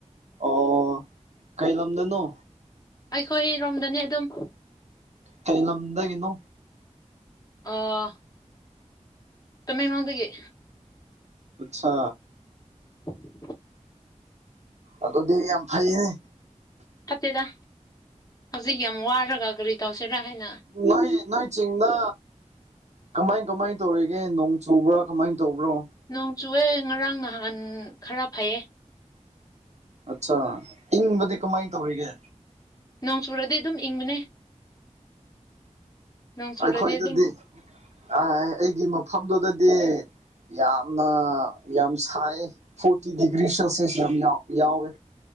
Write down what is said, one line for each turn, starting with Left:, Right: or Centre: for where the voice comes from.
Right: ꯑꯣ ꯀꯩ ꯂꯝꯗꯅꯣ
Left: ꯑꯩꯈꯣꯏꯔꯣꯝꯗꯅꯤ ꯑꯗꯨꯝ
Right: ꯀꯩ ꯂꯝꯗꯒꯤꯅꯣ
Left: ꯑꯥ ꯇꯃꯦꯡꯂꯣꯡꯗꯒꯤ
Right: ꯑꯠꯁꯥ
Left: <unintelligible>
Right: ꯑꯗꯨꯗꯤ ꯌꯥꯝ ꯐꯩꯍꯦ
Left: ꯐꯠꯇꯦꯗ ꯍꯧꯖꯤꯛ ꯌꯥꯝ ꯋꯥꯔꯒ ꯀꯔꯤ ꯇꯧꯁꯤꯔꯥ ꯍꯥꯏꯅ
Right: ꯅꯣꯏ ꯅꯣꯏ ꯆꯤꯡꯗ ꯀꯃꯥꯏ ꯀꯃꯥꯏꯟ ꯇꯧꯔꯤꯒꯦ ꯅꯣꯡ ꯆꯨꯕ꯭ꯔꯥ ꯀꯃꯥꯏꯟ ꯇꯧꯕ꯭ꯔꯣ
Left: ꯅꯣꯡ ꯆꯨꯑꯦ ꯉꯔꯥꯡ ꯅꯍꯥꯟ ꯈꯔ ꯐꯩꯌꯦ
Right: ꯑꯠꯁꯥ ꯏꯪꯕꯗꯤ ꯀꯃꯥꯏꯟ ꯇꯧꯔꯤꯒꯦ
Left: ꯅꯣꯡ ꯆꯨꯔꯗꯤ ꯑꯗꯨꯝ ꯏꯪꯕꯅꯦ ꯅꯣꯡ ꯆꯨꯔꯗꯤ
Right: ꯑꯩꯈꯣꯏꯗꯗꯤ
Left: ꯑꯗꯨꯝ
Right: ꯑ ꯑꯩꯒꯤ ꯃꯐꯝꯗꯨꯗꯗꯤ ꯌꯥꯝꯅ ꯌꯥꯝ ꯁꯥꯏꯌꯦ ꯐꯣꯔꯇꯤ ꯗꯤꯒ꯭ꯔꯤ ꯁꯦꯜꯁꯁ ꯌꯥꯝ ꯌꯥꯎ ꯌꯥꯎꯋꯦ